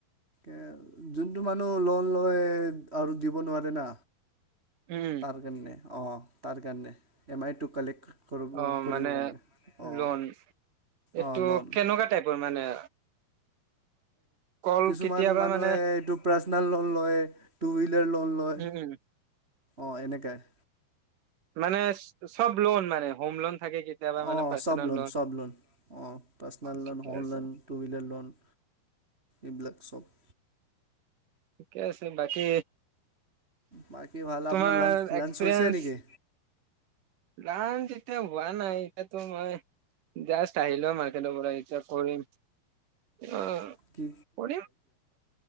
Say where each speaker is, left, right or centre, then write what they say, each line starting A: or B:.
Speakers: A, on the right; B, on the right.
A: এ যোনটো মানুহ লোন লৈ আৰু দিব নোৱাৰে না
B: উম,
A: তাৰ কে অঁ তাৰ কাৰণে এম আইটো কালেক্ট কৰিব
B: অ
A: কৰিবৰ
B: মানে
A: কাৰণে অঁ
B: লোন এইটো
A: অঁ লোন
B: কেনেকুৱা টাইপৰ মানে কল
A: কিছুমান
B: কেতিয়াবা
A: মানুহে
B: মানে
A: এইটো পাৰ্চনেল লোন লয় টু হুইলাৰ লোন লয়
B: উম উম
A: অ এনেকাই
B: মানে চব লোন মানে হম লোন থাকে কেতিয়াবা মানে
A: অ
B: পাৰ্চনেল
A: সব লোন চব লোন অ পাৰ্চনেল
B: ঠিকে
A: লোন হোম
B: আছে
A: লোন টু হুইলাৰ লোন এইবিলাক চব
B: ঠিকে আছে বাকী
A: বাকী ভাল
B: তোমাৰ
A: আপোনাৰ লাঞ্চ লাঞ্চ
B: এক্সপিৰিয়েঞ্চ
A: হৈছে নেকি
B: লান এতিয়া হোৱা নাই এতিাতো মই জাষ্ট আহিলো মাৰ্কেটৰ পৰা এতিয়া কৰিম আহ
A: কি
B: ব়িয়া